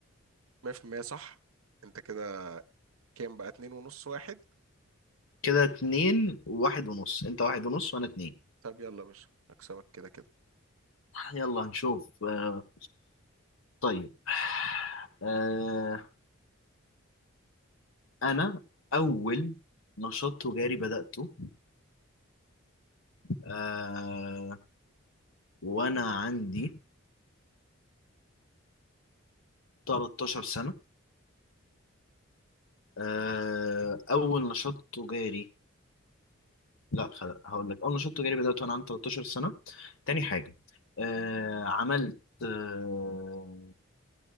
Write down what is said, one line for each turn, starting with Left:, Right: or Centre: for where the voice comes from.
Right: 100% صح انت كده كام بقى اتنين ونص واحد
Left: كده اتنين وواحد ونص أنت واحد ونص وأنا اتنين
Right: طب يلا يا باشا هكسبك كده كده
Left: آه، يلا نشوف آه، طيب آه، أنا أول نشاط تجاري بدأته آه، وأنا عندي 13 سنة آه، أول نشاط تجاري لا خل- هقول لك أول نشاط تجاري بدأته وأنا عندي 13 سنة تاني حاجة آه، عملت آه،